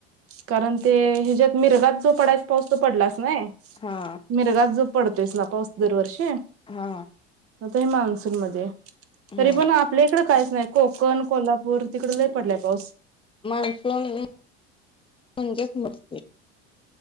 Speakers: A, on the right; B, on the left.
A: कारण ते ह्याच्यात मिरगात जो पडायस पाऊस तो पडलाच नाही
B: हा
A: मिरगात जो पडतोयस ना पाऊस दरवर्षी
B: हा
A: आता हे मान्सून मध्ये
B: हम्म
A: तरी पण आपल्या इकडे काहीच नाही कोकण कोल्हापूर वर तिकड लई पडलाय पाऊस
B: मान्सून म्हणजेच मस्ते